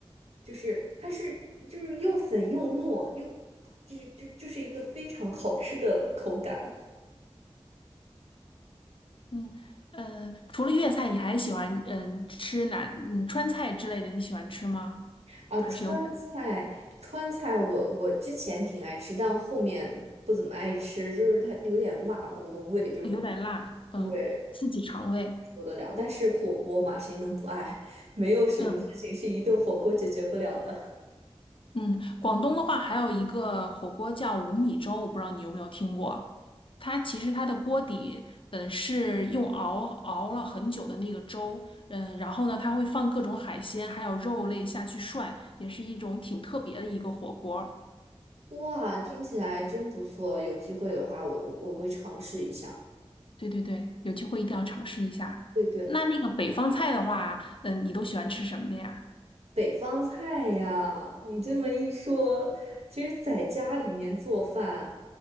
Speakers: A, on the right; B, on the left.
A: 就是它是就是又粉又糯又，就是就就是一个非常好吃的口感。
B: 嗯，呃，除了粤菜，你还喜欢嗯吃哪嗯川菜之类的？你喜欢吃吗？
A: 啊，
B: 还是有点
A: 川菜，川菜我我之前挺爱吃，但后面不怎么爱吃，就是它有点辣嘛，我的胃就是
B: 有点辣，嗯，
A: 不会
B: 刺激肠胃。
A: 受得了。但是火锅嘛，谁能不爱？<laughs> 没有什么事情是一顿火锅解决不了的。
B: 嗯嗯，广东的话还有一个火锅叫五米粥，我不知道你有没有听过。它其实它的锅底，嗯，是用熬熬了很久的那个粥，嗯，然后呢，它会放各种海鲜还有肉类下去涮，也是一种挺特别的一个火锅。
A: 哇，听起来真不错，有机会的话我，我我会尝试一下。
B: 对对对，有机会一定要尝试一下。
A: 对对，
B: 那那个北方菜的话，嗯，你都喜欢吃什么的呀？
A: 北方菜呀，你这么一说，其实在家里面做饭，